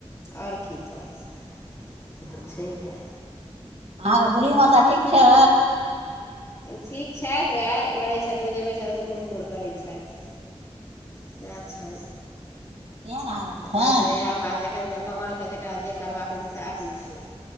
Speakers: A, on the left; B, on the right.
A: ओर की तब
B: हँ
A: तऽ छैहे
B: अहाँके बुढ़ी माता ठीक छथि
A: ठीक छथि उएह मरै छथि जेबै छथि हुकुर हुकुर करै छथि सएह छै
B: केहन हालत
A: तखन
B: छनि
A: तऽ इएह बात जखन जे भगवानके जकरा जे करबाकै छै सएह होइ छैै